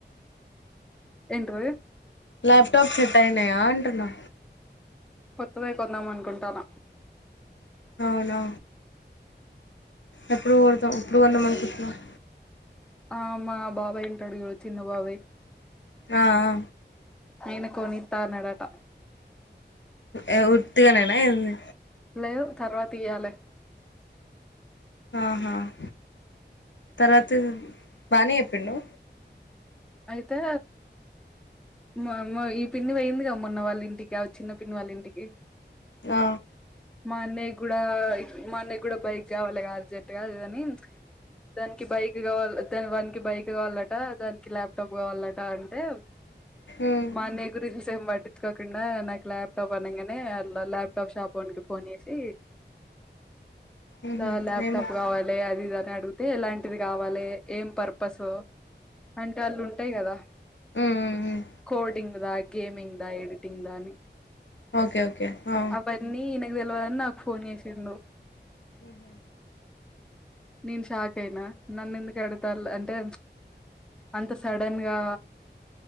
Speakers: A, in the centre; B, on the left.
A: ఏంటిది
B: ల్యాప్టాప్ సెట్ అయినాయా అంటున్నా
A: కొత్తదే కొందామనుకుంటాన
B: అవునా ఎప్పుడు కోడదాం ఎప్పుడు కొందాం అనుకుంటున్నావు
A: ఆ మా బాబాయి ఉంటాడు చూడు చిన్న బాబాయ్
B: ఆ ఆ
A: ఆయన కొనీతా అన్నాడట
B: ఏ ఉర్తుగానేనా ఏంది
A: లేదు తర్వాత ఇయాలే
B: ఆహా ఆ తర్వాత బానే చెప్పిండు
A: ఐతే మా మా ఈ పిన్ని పొయ్యింది గా మొన్న వాళ్ళింటికి ఆ చిన్న పిన్ని వాళ్ళ ఇంటికి
B: ఆ
A: మా అన్నయ్య కూడా మా అన్నయ్య కూడా బైక్ కావాలిగా అర్జెంట్ గా అది ఇది అని దానికి బైక్ కావాల దాన్ వానికి బైక్ కావాలట దాని కి ల్యాప్టాప్ కావాలట అంటే
B: ఉమ్
A: మా అన్నయ్య కు <unintelligible> సేం పట్టిచ్చుకోకుండా నాకు ల్యాప్టాప్ అనంగానే అలా ల్యాప్టాప్ షాప్ వోనికి ఫోన్ చేస్
B: ఉహు
A: ట్లా ల్యాప్టాప్
B: ఏమో
A: కావాలి అదిది అని అడిగుతే ఎలాంటిది కావాలె ఏం పర్పసు అంటే వాళ్ళు ఉంటాయి కదా
B: ఉమ్ ఉమ్ ఉమ్
A: కోటింగ్ రాయ్ గేమింగ్ దా ఎడిటింగ్ దా అని
B: ఓకే ఓకే ఆ
A: అవన్నీ నే దెల్వదని నాకు ఫోన్ చేసిండు
B: ఊహూ
A: నేను షాక్ అయినా నన్ను ఎందుకే అడుగుతాల్లు అంటే అంత సడన్ గా